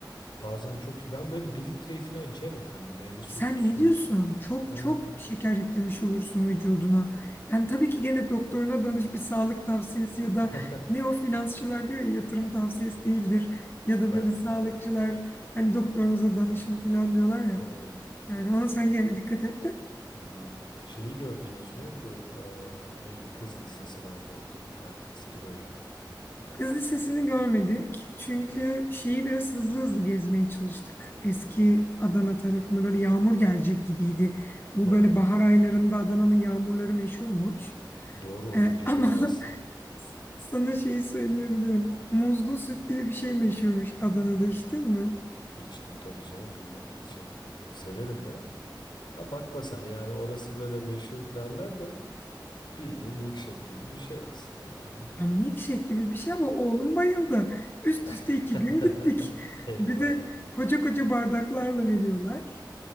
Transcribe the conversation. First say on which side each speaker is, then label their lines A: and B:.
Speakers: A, on the left; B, on the left.
A: Bazen çok ben böyle bir litreyi falan içerim yani meyve suyu
B: Sen
A: kutusunu.
B: ne diyorsun? Çok
A: Ha.
B: çok şeker yüklemiş olursun vücuduna. Yani tabii ki gene doktoruna danış bir sağlık tavsiyesi
A: <laughs>
B: ya da ne o finansçılar diyor ya yatırım tavsiyesi değildir. Ya da böyle
A: Doğru.
B: sağlıkçılar hani doktorunuza danışın falan diyorlar ya.
A: Hmm,
B: Yani ona sen gene dikkat et de.
A: anladım. Şeyi gördünüz mü? Bu aa, neydi? Kız lisesi vardı orada bir tane eski böyle.
B: Kız Lisesi'ni görmedik. Çünkü şeyi biraz hızlı hızlı gezmeye çalıştık. Eski Adana tarafını böyle yağmur gelecek gibiydi. Bu
A: Ha.
B: böyle bahar aylarında Adana'nın yağmurları meşhurmuş.
A: Doğru orada
B: Ee,
A: birden
B: ama
A: bastırır.
B: <laughs> Sana şeyi söyleyebilirim. Muzlu süt diye bir şey meşhurmuş Adana'da içtin mi?
A: İçtim tabii canım bilmem içerim yani. Severim de. Ha bakma sen yani orası böyle meşhur derler de bildiğin milkshake gibi bir şey aslında yani.
B: Ya milkshake gibi bir şey ama oğlum bayıldı. Üst
A: <laughs>
B: üste iki gün gittik.
A: Eyvah
B: Bir de
A: eyvah.
B: koca koca bardaklarla veriyorlar.